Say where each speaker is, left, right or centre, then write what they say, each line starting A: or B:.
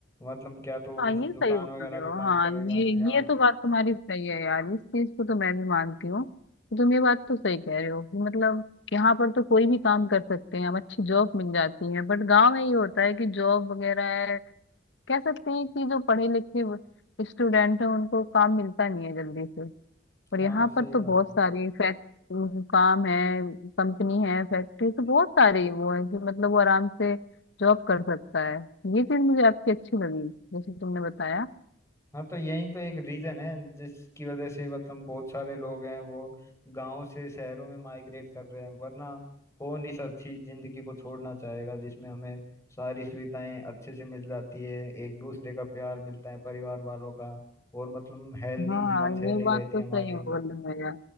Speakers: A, on the left (about 15°); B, on the left (about 75°).
A: मतलब क्या तो वो
B: हाँ
A: किसी
B: ये
A: दुकान
B: सही बोल
A: वगैरह
B: रहे
A: पे
B: हो
A: काम
B: हाँ
A: करेगा
B: ये
A: या
B: ये तो बात तुम्हारी सही है यार इस चीज को तो मैं भी मानती हूँ तो तुम ये बात तो सही कह रहे हो कि मतलब यहाँ पर तो कोई भी काम कर सकते हैं हम अच्छी जॉब मिल जाती है बट गांव में ये होता है कि जॉब वगैरह है कह सकते हैं कि जो पढ़े लिखे स्टूडेंट हैं उनको काम मिलता नहीं है जल्दी से और
A: हाँ
B: यहाँ
A: सही
B: पर तो
A: बात
B: बहुत
A: है
B: सारी फैक्ट काम है कंपनी है फैक्ट्री तो बहुत सारे वो है कि मतलब वो आराम से जॉब कर सकता है ये चीज मुझे आपकी अच्छी लगी जैसे तुमने बताया
A: हाँ तो यही तो एक रीजन है जिसकी वजह से मतलब बहुत सारे लोग हैं वो गांव से शहरों में माइग्रेट कर रहे हैं वरना कौन इस अच्छी जिंदगी को छोड़ना चाहेगा जिसमें हमें सारी सुविधाएं अच्छे से मिल जाती है एक दूसरे का प्यार मिलता है परिवार वालों का और मतलब हेल्दी
B: हाँ
A: जीवन
B: ये
A: शैली
B: बात
A: रहती
B: तो
A: है हमारी
B: सही बोल रहे हो यार